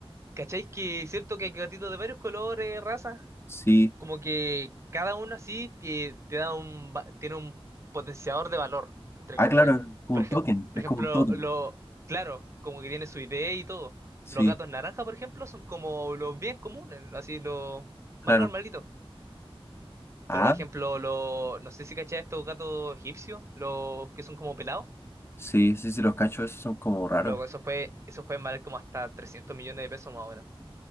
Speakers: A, on the right; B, on the left.
A: ¿Cacháis que es cierto que hay gatitos de varios colores, razas?
B: Sí.
A: Como que cada uno así te, te da un, va- tiene un potenciador de valor, entre
B: Ah,
A: comillas.
B: claro, es como
A: Por
B: un
A: ej-
B: token,
A: por
B: es
A: ejemplo,
B: como un token.
A: lo, claro, como que tiene su idea y todo.
B: Sí,
A: Los gatos naranja, por ejemplo, son como los bien comunes, así los
B: claro.
A: más normalitos.
B: Ah,
A: Pero, por ejemplo, los, no sé si cacháis estos gatos egipcios, los que son como pelados.
B: sí, sí, sí, los cachos esos son como raros.
A: Luego, eso puede, eso pueden valer como hasta 300 millones de pesos más o menos.